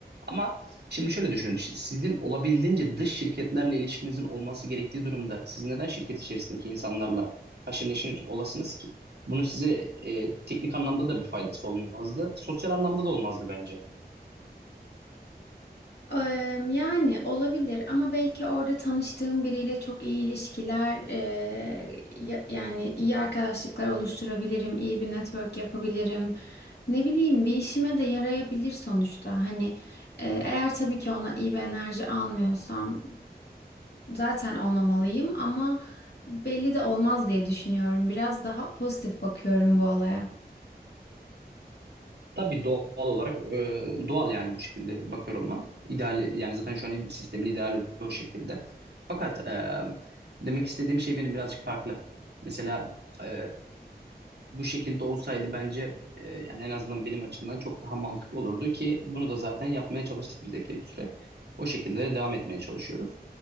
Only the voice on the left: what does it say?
Am, yani olabilir ama belki orada tanıştığım biriyle çok iyi ilişkiler eee, ya- yani iyi arkadaşlıklar oluşturabilirim, iyi bir network yapabilirim. Ne bileyim bir işime de yarayabilir sonuçta. Hani e, eğer tabii ki ona iyi bir enerji almıyorsam zaten olmamalıyım ama belli de olmaz diye düşünüyorum. Biraz daha pozitif bakıyorum bu olaya.